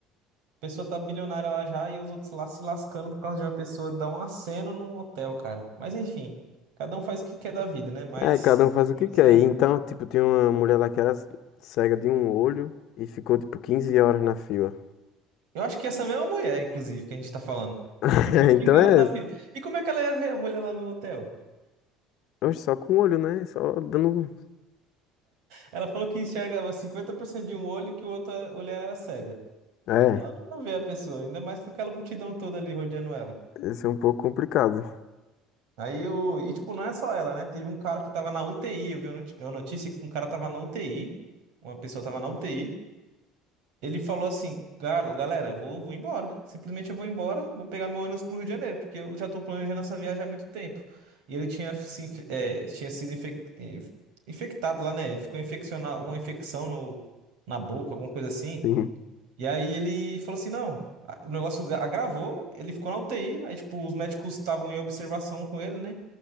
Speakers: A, on the right; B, on the left.
A: pessoa tá bilionária lá já e os outros lá se lascando por causa de uma pessoa dar um aceno num hotel, cara. Mas enfim, cada um faz o que quer da vida, né? Mas
B: É, cada um faz o que
A: isso
B: quer.
A: é...
B: E então, tipo, tinha uma mulher lá que era cega de um olho e ficou, tipo, 15 horas na fila.
A: Eu acho que essa mesma mulher, inclusive, que a gente tá falando.
B: <laughs>
A: Ela ficou quinze
B: Então
A: horas
B: é.
A: na fila. E como é que ela ia ver a mulher lá no hotel?
B: Oxe, só com o olho, né? Só dando. um,
A: Ela falou que enxergava 50% de um olho e que o outro olho era cega.
B: É,
A: Ela não ia ver a pessoa, ainda mais com aquela multidão toda ali rodeando ela.
B: esse é um pouco complicado.
A: Aí o. E tipo, não é só ela, né? Teve um cara que tava na UTI. Eu vi uma noti- uma notícia que um cara tava na UTI. Uma pessoa tava na UTI. Ele falou assim, "Gal- galera, vou, vou embora. Simplesmente eu vou embora, vou pegar meu ônibus pro Rio de Janeiro, porque eu já tô planejando essa viagem há muito tempo. E ele tinha, se, inf- eh, tinha sido infec- eh, infectado lá, né? Ele ficou infeccionado, uma infecção no, na boca, alguma coisa assim.
B: Sim.
A: E aí ele falou assim, não, a- o negócio gra- agravou, ele ficou na UTI, aí tipo, os médicos estavam em observação com ele, né?